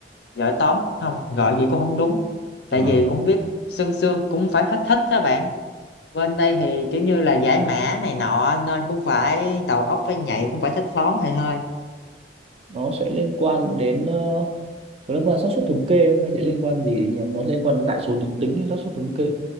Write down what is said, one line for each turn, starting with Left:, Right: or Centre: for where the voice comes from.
Left: giỏi toán không gọi gì cũng không đúng tại
Right: à, à
Left: vì cũng viết sương sương cũng phải hết thích đó bạn bên đây thì kiểu như là giải mã này nọ nên cũng phải đầu óc phải nhạy cũng phải thích toán thầy hơi
Right: nó sẽ liên quan đến ờ, có liên quan xác suất thống kê không hay sẽ liên quan gì đến nhiều nó liên quan đến đại số tuyến tính hay xác suất thống kê